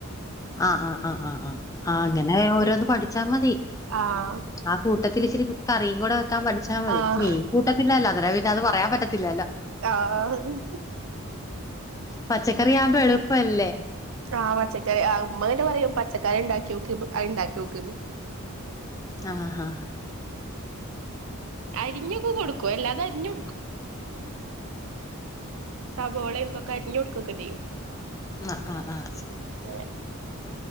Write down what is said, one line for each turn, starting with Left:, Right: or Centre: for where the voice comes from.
Left: ആഹ ആ് ആ് ആ് ആ് ആ് അങ്ങനെ ഓരോന്ന് പഠിച്ചാ മതി
Right: ആഹ
Left: ആ കൂട്ടത്തില ഇച്ചിരി കറിയും കൂടെ വെക്കാൻ പഠിച്ചാൽ മതി
Right: ആഹ്
Left: മീൻ കൂട്ടത്തില്ലല്ലോ അത്ര പിന്നെ അത് പറയാൻ പറ്റ തിലല്ലോ
Right: ആഹ്
Left: പച്ചക്കറ ആവുമ്പോ എളുപ്പല്ലേ
Right: ആഹ് പച്ചക്കറി ആ ഉമ്മങ്ങനെ പറയാ പച്ചക്കറി ഉണ്ടാക്കിക്ക അ ഉണ്ടാക്കി വെക്കുന്നു
Left: ആഹ ആഹ്
Right: അരിഞ്ഞൊക്ക കൊടുക്കും എല്ലാതും അരിഞ്ഞ കൊടുക്കും സബോള എന്തൊക്കെ അരിഞ്ഞഞ് കൊടുക്കുകയക്കെ ചെയ്യും
Left: ആ ആ് ആഹ
Right: <unintelligible>